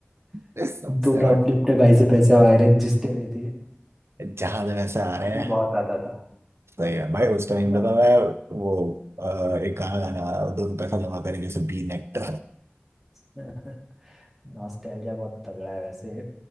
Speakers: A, on the right (about 85°); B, in the centre.
A: This stuff's
B: दोनों
A: not
B: अपने अपने भाई से पैसे मांग रहे जिसने दे दिए
A: जहां जैसे आ रहे
B: मजा
A: हैं
B: बहुत आता था
A: सही है भाई उस टाइम
B: मजा
A: पे तो
B: बहुत
A: मैं वो अ, एक गाना गाना आया, दो रुपए का जमा करें जैसे बी नेट
B: <laughs> नॉस्टैल्जिया बहुत तगड़ा है वैसे